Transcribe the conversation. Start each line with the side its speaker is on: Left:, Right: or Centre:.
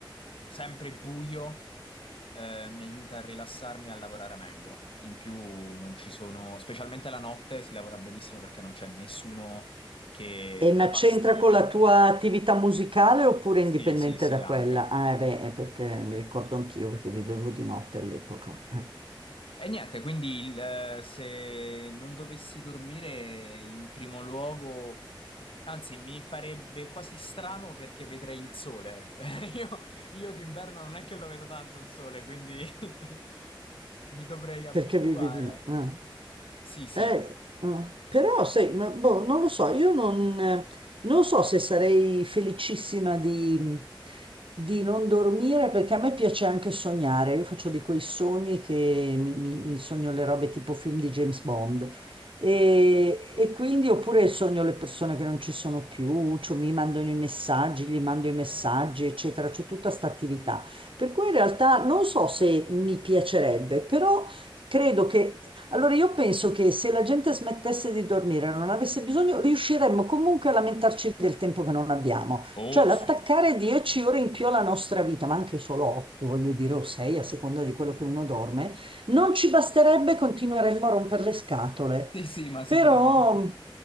Left: sempre buio eh, mi aiuta a rilassarmi e a lavorare meglio. In più non ci sono, specialmente la notte si lavora benissimo perché non c'è nessuno che
Right: E ma
Left: dà fastidio.
Right: c'entra con la tua attività musicale oppure
Left: Sì,
Right: indipendente
Left: sì, sì,
Right: da
Left: anche.
Right: quella? Ah, eh beh, è perché mi ricordo anch'io che vivevo di notte all'epoca. Eh,
Left: E niente, quindi il, eh, se non dovessi dormire in primo luogo, anzi mi farebbe quasi strano perché vedrei il sole. <laughs> Io, io d'inverno non è che lo vedo tanto il sole, quindi <laughs> mi dovrei abituare.
Right: Perché vivi di notte?
Left: Sì, sì.
Right: Eh, eh, però sai, ma, boh, non lo so, io non, eh, non so se sarei felicissima di, di non dormire perché a me piace anche sognare, io faccio di quei sogni che mi, mi- mi sogno le robe tipo film di James Bond e, e quindi oppure sogno le persone che non ci sono più, cioè mi mandano i messaggi, gli mando
Left: Ok.
Right: i messaggi, eccetera, c'ho tutta sta attività. Per cui in realtà non so se mi piacerebbe, però credo che allora io penso che se la gente smettesse di dormire, non avesse bisogno, riusciremmo comunque a lamentarci del tempo che non abbiamo.
Left: Oh
Right: Cioè
Left: sì.
Right: l'attaccare 10 ore in più alla nostra vita, ma anche solo 8, voglio dire, o 6, a seconda di quello che uno dorme, non ci basterebbe, continueremmo a rompere le scatole.
Left: Sì, sì, ma sicuramente.
Right: Però